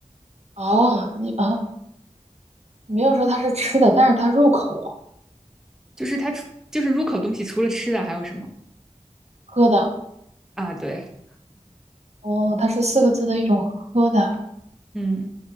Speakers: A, on the right (about 60°); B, in the centre.
A: 哦，你啊，你没有说它是吃的，但是它入口
B: 就是它就是入口东西除了吃的还有什么
A: 喝的。
B: 啊？对，
A: 哦，它是四个字的一种喝的。
B: 嗯，